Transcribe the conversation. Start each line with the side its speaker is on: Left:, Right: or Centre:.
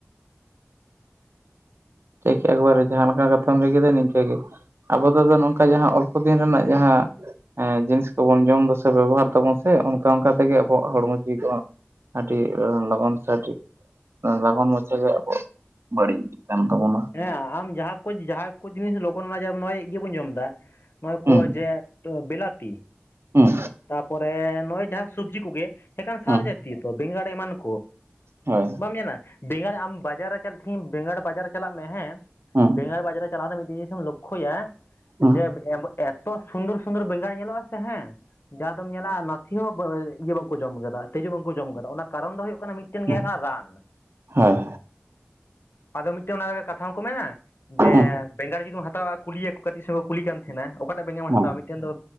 Right: ᱴᱷᱤᱠ ᱮᱠᱵᱟᱨᱮ ᱡᱟᱦᱟ ᱞᱠᱟᱢ ᱠᱟᱛᱚᱢ ᱞᱮᱭ ᱠᱮᱫᱟ ᱱᱤᱝᱠᱟᱹᱜᱤ ᱟᱵᱚ ᱠᱚᱫᱚ ᱱᱚᱝᱠᱟ ᱡᱟᱦᱟᱸ ᱚᱞᱯᱚ ᱫᱤᱱ ᱨᱮᱱᱟᱜ ᱡᱟᱦᱟᱸ ᱡᱤᱱᱤᱥ ᱠᱚᱵᱚᱱ ᱡᱚᱢ ᱫᱚ ᱥᱮ ᱵᱮᱵᱚᱦᱟᱨ ᱫᱟᱵᱚᱱ ᱥᱮ ᱚᱱᱠᱟ ᱚᱱᱠᱟ ᱛᱮ ᱜᱮ ᱟᱵᱚᱣᱟᱜ ᱦᱚᱲᱢᱚ ᱡᱤᱣᱤ ᱠᱚ ᱟᱹᱰᱤ ᱞᱚᱜᱚᱱ ᱥᱮ ᱞᱚᱜᱚᱱ ᱢᱟᱪᱷᱮ ᱟᱵᱚᱣᱟᱜ ᱵᱟᱹᱲᱤᱡ ᱤᱫᱤᱜ ᱠᱟᱱ ᱛᱟᱵᱚᱱᱟ
Left: ᱦᱮᱸ ᱟᱢ ᱡᱟᱦᱟᱸ ᱠᱚ ᱡᱟᱦᱟᱸ ᱠᱚ ᱡᱤᱱᱤᱥ ᱞᱚᱜᱚᱱ ᱢᱟᱡᱟ ᱡᱮᱢᱚᱱ ᱚᱜᱚᱭ ᱤᱭᱟᱹ ᱵᱚᱱ ᱡᱚᱢ ᱮᱟ ᱱᱚᱜᱚᱭ
Right: ᱦᱩᱸ
Left: ᱠᱚ ᱡ <unintelligible> ᱮ ᱛᱚ ᱵᱮᱞᱟᱛᱤ
Right: ᱦᱩᱸ
Left: ᱛᱟᱯᱚᱨᱮ ᱱᱚᱜᱼᱚᱭ ᱡᱟᱦᱟᱸ ᱥᱚᱵᱡᱤ ᱠᱚ ᱜᱮ ᱮᱠᱷᱮᱱ
Right: ᱦᱩᱸ
Left: ᱥᱟᱨ ᱡᱟᱛᱤᱭᱟᱹ ᱛᱚ ᱵᱮᱸᱜᱟᱲ ᱮᱢᱟᱱ ᱠᱚ
Right: ᱦᱳᱭ
Left: ᱵᱟᱢ ᱧᱮᱞᱟ ᱵᱮᱸᱜᱟᱲ ᱟᱢ ᱵᱟᱡᱟᱨ ᱨᱮ ᱪᱟᱞᱟᱜ ᱛᱤᱦᱤᱧ ᱵᱮᱸᱜᱟᱲ ᱵᱟᱡᱟᱨ ᱨᱮ ᱪᱟᱞᱟᱜ ᱢᱮ ᱦᱮᱸ
Right: ᱦᱩᱸ
Left: ᱵᱮᱸᱜᱟᱲ ᱵᱟᱡᱟᱨ ᱨᱮ ᱪᱟᱞᱟᱣ ᱠᱟᱛᱮ ᱢᱤᱫᱴᱤ ᱡᱤᱱᱤᱥᱮᱢ ᱞᱚᱠᱠᱷᱚᱭᱟ
Right: ᱦᱩᱸ
Left: ᱡᱮ ᱛᱚ ᱥᱩᱱᱫᱚᱨ ᱥᱩᱱᱫᱚᱨ ᱵᱮᱸᱜᱟᱲ ᱧᱮᱞᱚᱜ ᱟ ᱥᱮ ᱦᱮᱸ ᱡᱟ ᱫᱚᱢ ᱧᱮᱞᱟ ᱱᱟᱥᱮ ᱦᱚᱸ ᱤᱭᱟᱹ ᱵᱟᱝᱠᱚ ᱡᱚᱢ ᱟᱠᱟᱫᱟ ᱛᱤᱡᱩ ᱵᱟᱝᱠᱚ ᱡᱚᱢ ᱠᱟᱫᱟ ᱚᱱᱟ ᱠᱟᱨᱚᱱ ᱫᱚ ᱦᱩᱭᱩᱜ ᱠᱟᱱᱟ ᱢᱤᱫᱴᱮᱱ
Right: ᱦᱩᱸ
Left: ᱜᱮ ᱦᱩᱭᱩᱜ ᱠᱟᱱᱟ ᱨᱟᱱ
Right: ᱦᱳᱭ
Left: ᱟᱫᱚ ᱢᱤᱫᱴᱮᱱ ᱚᱱᱟ ᱞᱮᱠᱟ ᱠᱟᱛᱷᱟ ᱦᱚᱸᱠᱚ ᱢᱮᱱᱟ
Right: ᱦᱩᱸ
Left: ᱡᱮ ᱵᱮᱸᱜᱟᱲ ᱡᱩᱤᱢ ᱦᱟᱛᱟᱣᱟ ᱠᱩᱞᱤᱭᱟ ᱠᱟᱹᱴᱤᱡ ᱥᱮ ᱠᱚ ᱠᱩᱞᱤ ᱠᱟᱱ ᱛᱟᱦᱮᱱᱟ ᱚᱠᱟᱴᱟᱜ ᱵᱮᱸᱜᱟᱲ ᱵᱚᱱ
Right: ᱦᱩᱸ
Left: ᱦᱟᱛᱟᱣᱟ ᱢᱤᱫᱴᱮᱱ ᱫᱚ